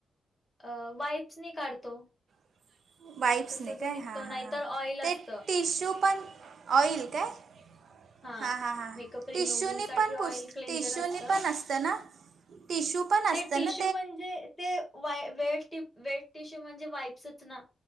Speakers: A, in the centre; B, on the right.
A: अ वाईप्स नि काढतो.
B: <inaudible> वाईप्स
A: तसं
B: ने
A: तो
B: काय,
A: निघतो
B: हां,
A: नाहीतर
B: हां, हां,
A: ऑइल असतं
B: ते टिश्यू पण ऑईल काय-
A: हा.
B: हां हां हां
A: मेकअप रिमूव्हींग
B: टिश्यूनी
A: साठी
B: पण पुस
A: ऑइल क्लेंझर
B: टिश्यूनी
A: असत.
B: पण असतं ना टिश्यू पण असतं
A: ते टिशू
B: ना
A: म्हणजे ते वा वे वेट टिश्यू म्हणजे वाईप्सच ना.